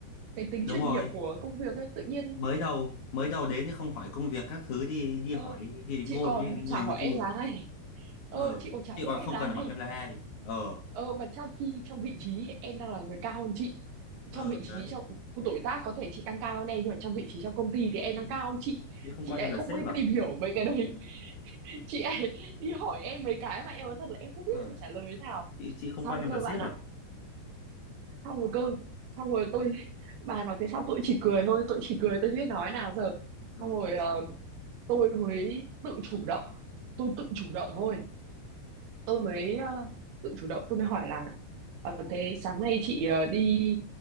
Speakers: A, on the right; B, on the left.
A: cái tính
B: đúng
A: chuyên
B: rồi
A: nghiệp của công việc ấy tự nhiên
B: mới đầu mới đầu đến thì không hỏi công việc các thứ đi đi
A: ờ,
B: hỏi đi
A: chị
B: đánh gôn
A: còn
B: với em người
A: chả
B: yêu
A: hỏi
B: chưa
A: em là ai ờ,
B: ờ
A: chị còn chả
B: chị
A: biết
B: còn không
A: em là
B: cần
A: ai
B: hỏi em là ai ờ
A: ờ, mà trong khi trong vị trí em đang là người cao hơn chị
B: ờ
A: trong vị trí
B: đấy
A: trong tuổi tác có thể chị đang cao hơn em nhưng mà trong vị trí trong công ty thì em đang
B: Ừ.
A: cao hơn chị
B: chị không
A: chị
B: coi
A: lại
B: em là
A: không
B: sếp
A: đi
B: à
A: tìm hiểu mấy cái đấy <laughs> chị lại đi hỏi em mấy cái mà em nói thật là em không biết
B: ờ
A: phải trả lời thế nào
B: chị chị không
A: xong
B: coi em
A: cơ
B: là sếp
A: bạn ạ
B: à
A: xong rồi cơ xong rồi tôi bà nói thế sao tôi chỉ cười thôi tôi chỉ cười tôi chưa biết nói nào giờ
B: rồi
A: xong rồi
B: bảo
A: ờ,
B: chị ờ
A: tôi mới tự chủ động tôi tự chủ động thôi tôi mới ờ, tự chủ động tôi mới hỏi là ờ, thế sáng nay chị ờ, đi